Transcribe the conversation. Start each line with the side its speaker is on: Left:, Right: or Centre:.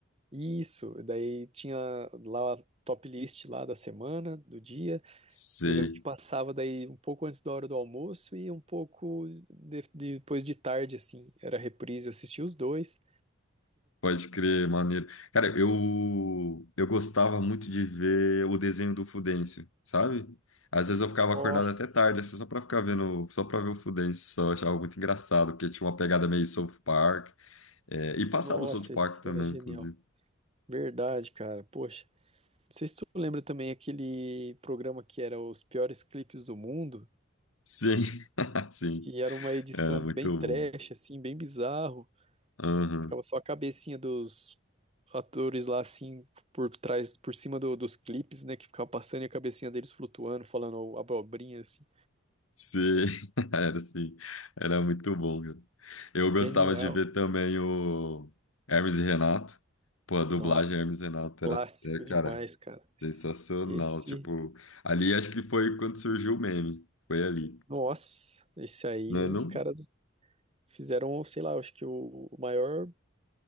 Right: Isso, daí tinha lá a top list lá da semana, do dia.
Left: Sei.
Right: e Eu lembro que passava daí um pouco antes da hora do almoço e um pouco de- depois de tarde, assim. Era reprise, eu assistia os dois.
Left: Pode crer, maneiro. Cara, eu, eu gostava muito de ver o desenho do Fudêncio, sabe? Às vezes eu ficava
Right: Nossa,
Left: acordado até tarde, assim, só pra ficar vendo, só pra ver o Fudêncio, só eu achava muito engraçado, porque tinha uma pegada meio South Park, é, e passava
Right: nossa,
Left: o South Park
Right: esse
Left: também,
Right: era genial.
Left: inclusive.
Right: Verdade, cara. Poxa, não sei se tu lembra também aquele programa que era os piores clipes do mundo,
Left: Sim, <laughs> sim,
Right: que era uma edição
Left: era muito
Right: bem trash,
Left: bom.
Right: assim, bem bizarro.
Left: Aham.
Right: Ficava só a cabecinha dos atores lá, assim, por trás, por cima do- dos clipes, né? Que ficava passando e a cabecinha deles flutuando, falando abobrinha, assim.
Left: Sim, <laughs> era sim, era muito bom, cara. Eu gostava
Right: Genial.
Left: de ver também o Hermes e Renato. Pô, a dublagem
Right: Nossa,
Left: Hermes e Renato
Right: clássico
Left: era, é,
Right: demais,
Left: cara,
Right: cara.
Left: Sensacional,
Right: Esse,
Left: tipo, ali acho que foi quando surgiu o meme, foi ali,
Right: nossa, esse aí
Left: não é
Right: os
Left: não?
Right: caras fizeram, sei lá, acho que o o maior